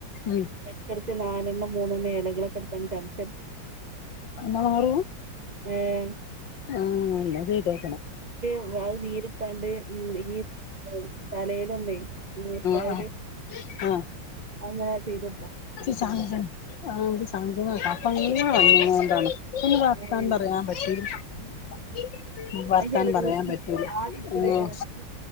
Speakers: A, on the left; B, on the right.
A: ഉം
B: വെക്കണം നാലെണ്ണം മൂന്നെണ്ണം എലകളൊക്കെ എടുത്ത് അങ്ങ് ച്ചാ
A: എന്നാ മാറു
B: ഏഹ്
A: ആഹ് ഇന്നല്ല ചെയ്തോക്കണം
B: ഞാൻ അത് നീര്ട്ത്താണ്ട് ഉം ഈ തലയില് ഒന്ന് മൂർത്താഹ്
A: ആഹ് ആഹ്
B: ല്
A: ആഹ്
B: അങ്ങനെ ചെയ്തു
A: ഇച്ച് സങ്കടാ ആഹ് സങ്കടാണ് കഫം അങ്ങനെ വന്ന് ആണ് ഇന്ന് വർത്താനം
B: ഏഹ്
A: പറയാൻ പറ്റുലെ <inaudible> വർത്താനം
B: അത് ജലദോഷം
A: പറയാൻ പറ്റൂല്ല
B: പിടിച്ചിട്ട് ആവി പിടിച്ചൂടെ
A: ഊം
B: അയിന് ഇങ്ങക്ക്